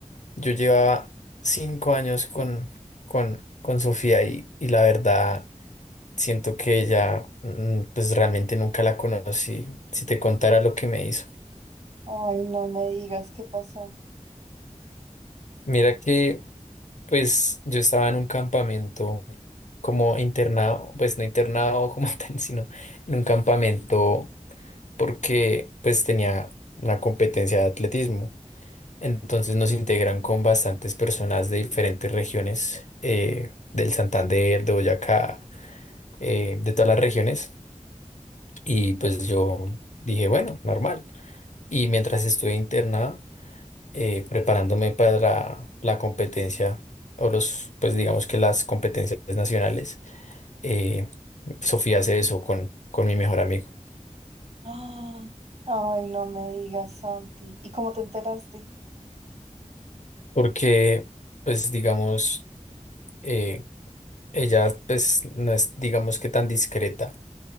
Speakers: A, on the left (about 65°); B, on the right (about 55°).
A: yo llevaba cinco años con, con, con Sofía y, y la verdad siento que ella, mm, pues realmente nunca la conocí. Si te contara lo que me hizo.
B: Ay, no me digas qué pasó.
A: Mira que Pues yo estaba en un campamento como internado, pues no internado como <laughs> tal, sino en un campamento porque pues tenía una competencia de atletismo. Entonces nos integran con bastantes personas de diferentes regiones, eh, del Santander, de Boyacá, eh, de todas las regiones. Y pues yo dije, bueno, normal. Y mientras estuve internado, eh, preparándome para la competencia o los, pues digamos que las competencias nacionales, eh, Sofía se besó con, con mi mejor amigo,
B: <gasps> ¡Ah! Ay, no me digas, Santi. ¿Y cómo te enteraste?
A: porque pues digamos, eh, ella pues no es digamos que tan discreta